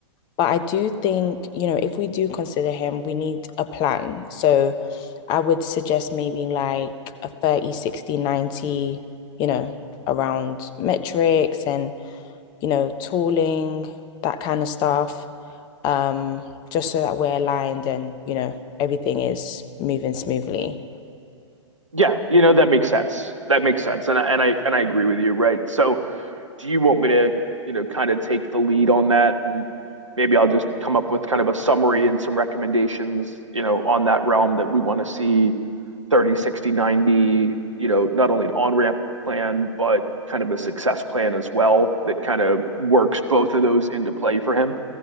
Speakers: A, on the left; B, on the right.
A: But I do think, you know, if we do consider him, we need a plan. So I would suggest maybe like a 30, 60, 90, you know, around metrics and, you know, tooling, that kind of stuff. Um, just so that we're aligned and, you know, everything is moving smoothly.
B: yeah you know that makes sense that makes sense and I, and i and i agree with you right so do you want me to, you know, kind of take the lead on that? And maybe I'll just come up with kind of a summary and some recommendations, you know, on that realm that we want to see 30, 60, 90, you know, not only an on ramp plan, but kind of a success plan as well that kind of works both of those into play for him.